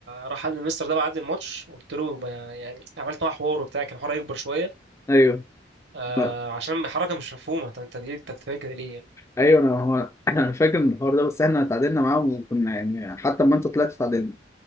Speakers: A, on the right (about 65°); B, on the left (about 15°).
A: راح قال للمستر ده بعد الماتش قلت له ب- يعني عملت معاه حوار وبتاع كان حوار يكبر شوية
B: ايوه
A: آه
B: لا
A: عشان حركة مش مفهومة طب انت ليه انت بتعمل كده ليه يعني
B: ايوه انا هو <clears throat> <laughs> انا فاكر من الحوار ده بس احنا تعادلنا معاهم وكنا يعني حتى لما انت طلعت تعادلنا